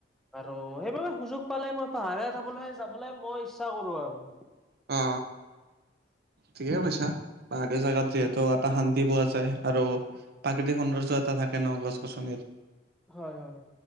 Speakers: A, in the centre; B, on the right.
A: আৰু সেইবাবে সুযোগ পালে মই পাহাৰে <unintelligible> যাবলৈ মই ইচ্ছা কৰো আৰু।
B: অ ঠিকে কৈছা। পাহাৰীয়া জেগাত যিহেতু টা শান্তি পোৱা যায় আৰু প্ৰাকৃতিক সৌন্দৰ্য এটা থাকে ন গছ গছনিৰ।
A: হয় হয়।